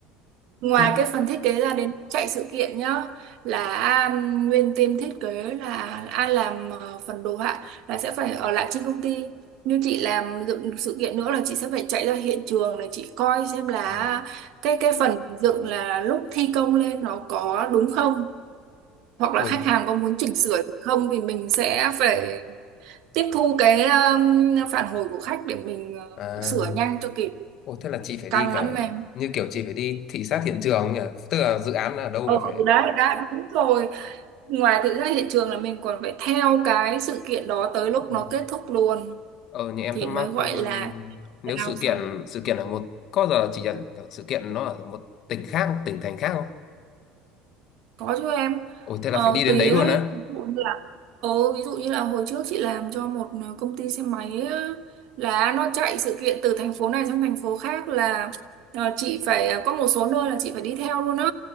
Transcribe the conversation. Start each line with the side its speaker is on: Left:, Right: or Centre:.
Right: ngoài
Left: thế
Right: cái phần thiết kế ra đến lúc chạy sự kiện nhá là um, nguyên team thiết kế là ai làm ờ, phần đồ họa là sẽ phải ở lại trên công ty như chị làm dựng sự kiện nữa là chị sẽ phải chạy ra hiện trường để chị coi xem là
Left: à,
Right: à, cái cái phần dựng là lúc thi công lên nó có đúng không hoặc là
Left: ôi
Right: khách hàng có muốn chỉnh sửa gì không thì mình sẽ phải tiếp thu cái um, phản hồi của khách để mình ờ,
Left: à
Right: sửa nhanh cho kịp
Left: ôi thế là chị phải
Right: căng
Left: đi cả
Right: lắm em
Left: như kiểu chị phải đi thị sát hiện trường nhỉ? Tức là dự án ở đâu
Right: ừ,
Left: là phải
Right: ừ, đấy đã đúng rồi ngoài thực ra hiện trường là mình còn phải theo cái sự kiện đó tới lúc
Left: Ừ.
Right: nó kết thúc luôn
Left: Ờ như em
Right: thì
Left: thắc
Right: mới
Left: mắc
Right: gọi
Left: ừm,
Right: là
Left: nếu
Right: giao
Left: sự
Right: xong
Left: kiện sự kiện ở một có giờ chị nhận kiểu sự kiện nó ở một tỉnh khác không? Tỉnh thành khác không?
Right: có chứ em
Left: Ôi thế
Right: ờ,
Left: là phải đi đến
Right: tùy
Left: đấy luôn
Right: ấy,
Left: á.
Right: ví dụ như là ừ, ví dụ như là hồi trước chị làm cho một ờ, công ty xe máy á, là nó chạy sự kiện từ thành phố này sang thành phố khác là ờ, chị phải ờ, có một số nơi là chị phải đi theo luôn á